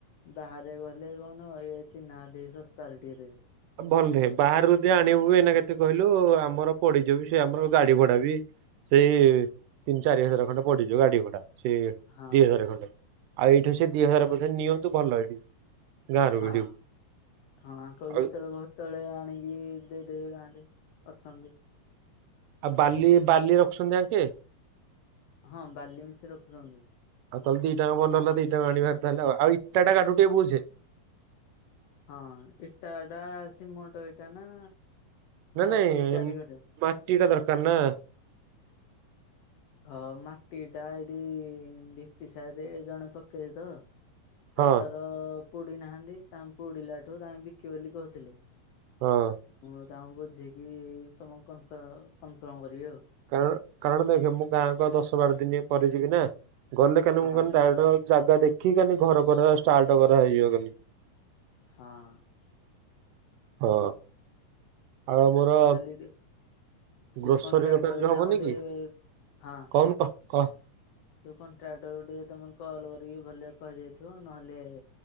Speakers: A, on the left; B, on the right.
A: ବାହାରେ ଗଲେ କଣ ଇଏ ଚିହ୍ନା ଦେଇ ଶସ୍ତାରେ ଟିକେ ଦେବି।
B: ଭଲେ ବାହାରୁଦି ଆଣିବୁ ଏଇନା କେତେ କହିଲୁ ଆମର ପଡିଯିବ ବି ସେ ଆମର ଗାଡି ଭଡା ବି। ସେଇ ତିନି ଚାରି ହଜାର ଖଣ୍ଡେ ପଡିଯିବ ଗାଡି ଭଡା। ସେ
A: ହଁ।
B: ଦି ହଜାର ଖଣ୍ଡେ ଆଉ ଏଇଠୁ ସେ ଦି ହଜାର ପଛେ ନିଅନ୍ତୁ ଭଲ ଏଇଠି। ଗାଁରୁ
A: ହଁ
B: ଭିଡିବୁ
A: ହଁ ଆଙ୍କଙ୍କୁ
B: ଆଉ
A: ଯେତେବେଳେ କହିବ ତଳେ ଆଣିକି ଦେଇଦେବେ ଗାଁରେ ଅଛନ୍ତି।
B: ଆଉ ବାଲି ବାଲି ରଖୁଛନ୍ତି ଆଙ୍କେ?
A: ହଁ ବାଲି ମିଶି ରଖୁଛନ୍ତି।
B: ଆଉ ତାହେଲେ ଦିଟାଙ୍କ ଭଲ ହେଲା ଦିଟା ଆଣିବାର ତାହେ ଆଉଇଟା ଟା କାହାଠୁ ଟିକେ ବୁଝେ?
A: ହଁ ଇଟାଟା ସିମଟ ଇଟା ନା
B: ନାଇ
A: ମାଟି
B: ନାଇଁ
A: ଇଟାରେ କରିବ?
B: ମାଟି ଇଟା ଦରକାର ନା।
A: ହଁ ମାଟି ଇଟା ଏଠି ଢିପି ସାହିିରେ ଜଣେ ପକେଇଛି ତ ତାଙ୍କର
B: ହଁ
A: ପୋଡି ନାହାନ୍ତି ତାଙ୍କ ପୋଡିଲା ଠୁ ତାଙ୍କେ ବିକିବେ ବୋଲି କହୁଥିଲେ।
B: ହଁ
A: ମୁଁ ତାଙ୍କୁ ବୁଝିକି ତମକୁ କନଫ କନଫର୍ମ କରିବି ଆଉ।
B: କାରଣ କାରଣ ଦେଖ ମୁଁ ଗାଁକୁ ଆଉ ଦଶ ବାର ଦିନ ପରେ ଯିବି ନା। ଗଲେ କାହିଁକି ନା
A: ହଁ
B: ମୁଁ ଖାଲି ଡାଇରେଟ ଜାଗା ଦେଖିବି ଖାଲି ଘର କରିବା ଷ୍ଟାର୍ଟ କରାହେଇଯିବ ଖାଲି।
A: ହଁ।
B: ହଁ ଆଉ ଆମର
A: ତାଙ୍କୁ ଖାଲି ଯୋଉ
B: ଗ୍ରୋସରୀ
A: କଣ୍ଟ୍ରାକ୍ଟରକୁ
B: ଦୋକାନ ଯୋଉ ହବନି
A: ତାଙ୍କୁ ଟିକେ
B: କି
A: ହଁ
B: କହୁନୁ କ କହ।
A: ଯୋଉ କଣ୍ଟ୍ରାକ୍ଟର କୁ ଟିକେ ତମେ କଲ୍ କରିକି ଭଲ କହି ଦେଇଥିବ ନହେଲେ